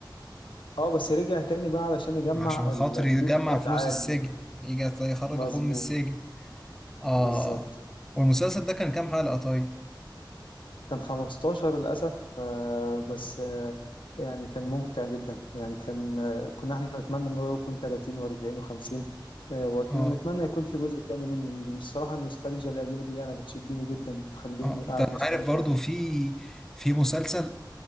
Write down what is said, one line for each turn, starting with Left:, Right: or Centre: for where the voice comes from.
Left: اه بس رجع تاني بقى علشان يجمع
Centre: عشان
Left: الفلوس
Centre: خاطر يجمع
Left: الأتعاب
Centre: فلوس السجن
Left: دي
Centre: يجي يط- يخرج
Left: مظبوط
Centre: اخوه من السجن اه
Left: بالظبط
Centre: والمسلسل ده كان كام حلقة طيب
Left: كان 15 للأسف آه، بس آه، يعني كان ممتع جدا يعني كان آه، كنا احنا نتمنى ان هو يكون 30 و40 و50 ونتمنى
Centre: اه
Left: يكون في جزء تاني منه الصراحة النوستالجيا القديمة دي أنا بتشدني جدا بتخليني
Centre: اه
Left: قاعد
Centre: انت
Left: مستمتع
Centre: عارف برضو في في مسلسل